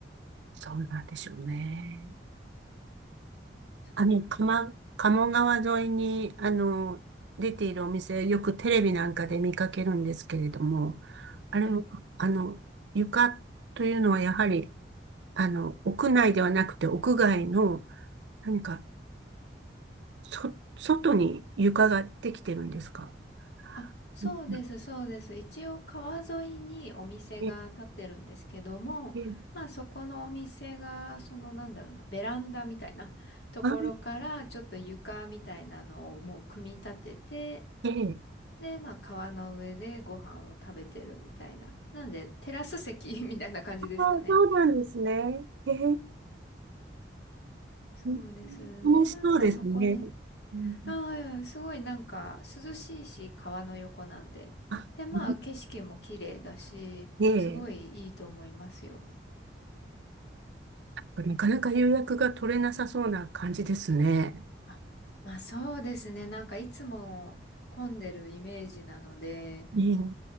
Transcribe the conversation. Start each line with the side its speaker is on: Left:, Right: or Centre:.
Right: そうなんでしょうね。
Left: そうなんです。
Right: あの、鎌、鴨川沿いに、あの、出ているお店、よくテレビなんかで見かけるんですけれども、あれも、
Left: はい
Right: あの、床というのはやはり、あの、屋内ではなくて屋外の、何か、そ、外に床ができてるんですか
Left: あ、そうです、
Right: うん
Left: そうです。一応川沿いにお店が建ってるんですけども、
Right: ええ、
Left: まあそこのお店が、そのなんだろうな、ベランダみたいなところからちょっと床みたいなのをもう組み立てて、
Right: あーええ、
Left: で、まあ川の上でご飯を食べてるみたいな。なんでテラス席 <laughs> みたいな感じですかね。
Right: あーそうなんですね。へえ、
Left: そうです。
Right: うん楽しそうですね。
Left: で、なんかそこで、
Right: うん
Left: ああ、すごいなんか涼しいし、川の横なんで。
Right: あ、
Left: で、まあ景色も綺麗だし、
Right: うんええ、
Left: すごいいいと思いますよ。
Right: なかなか予約が取れなさそうな感じですね。
Left: あ、まあそうですね。なんかいつも混んでるイメージなので、
Right: ねえ、は